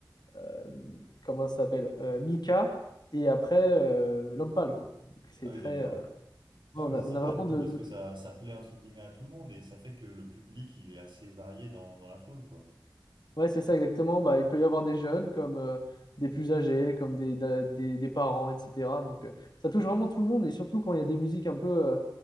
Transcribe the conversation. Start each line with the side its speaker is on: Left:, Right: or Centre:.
Left: euh, comment ça s'appelle euh, Mika et après euh, l'homme pâle quoi. Donc c'est
Right: Ah
Left: très
Right: oui, d'accord.
Left: euh, ouais, on
Right: Ouais, mais
Left: a,
Right: c'est
Left: on
Right: sympa,
Left: a vraiment
Right: du coup,
Left: de,
Right: parce
Left: de
Right: que
Left: tout.
Right: ça, ça plaît, entre guillemets, à tout le monde et ça fait que le public, il est assez varié dans, dans la foule, quoi.
Left: Ouais, c'est ça exactement. Bah, il peut y avoir des jeunes comme euh, des plus âgés, comme des, da- des, des parents, etc. Donc euh, ça touche vraiment tout le monde et surtout quand il y a des musiques un peu euh,